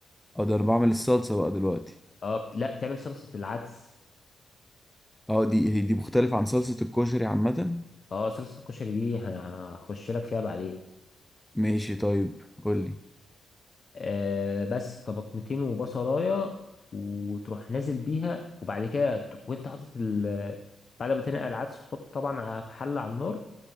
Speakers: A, in the centre; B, on the left (about 45°).
A: اه ده انا بعمل الصلصه بقى دلوقتي
B: اه بت- لا بتعمل صلصة العدس
A: اه دي هي دي مختلفه عن صلصه الكشري عامه
B: اه صلصة الكشري دي هن- هخش لك فيها بعدين
A: ماشي طيب قول لي
B: آه بس طماطمتين وبصلاية وتروح نازل بيها وبعد كده ت- وانت حاطط ال بعد ما تنقع العدس تحطه طبعا ع- في حلة على النار